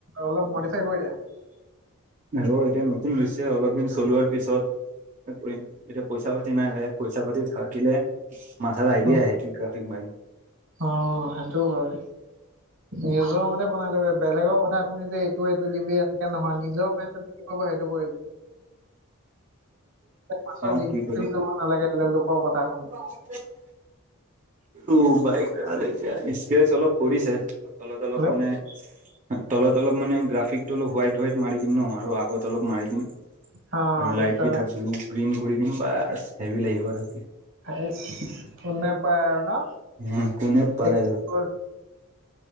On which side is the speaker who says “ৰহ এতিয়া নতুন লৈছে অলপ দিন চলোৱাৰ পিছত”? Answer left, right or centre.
Right